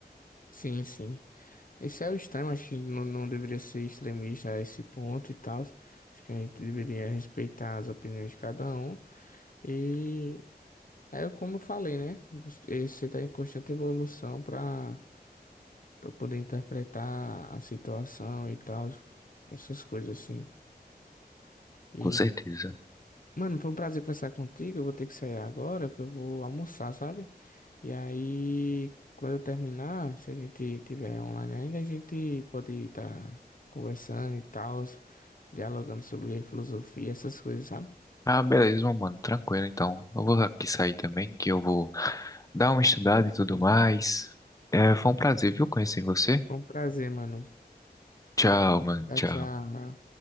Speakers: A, on the left (about 55°); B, on the left (about 20°).
A: sim, sim. Esse é o extremo, acho que não, não deveria ser extremista a esse ponto e tal. Acho que a gente deveria respeitar as opiniões de cada um. E é como eu falei, né? Você está em constante evolução para para poder interpretar a situação e tal, essas coisas assim. E
B: com certeza.
A: Mano, foi um prazer conversar contigo. Eu vou ter que sair agora, que eu vou almoçar, sabe? E aí, quando eu terminar, se a gente tiver online ainda, a gente pode estar conversando e tal, dialogando sobre filosofia, essas coisas, sabe?
B: Ah, beleza, meu mano. Tranquilo, então. Eu vou aqui sair também, que eu vou dar uma estudada e tudo mais. É, foi um prazer, viu, conhecer você.
A: Foi um prazer, mano.
B: Tchau, mano.
A: Tchau,
B: Tchau.
A: tchau.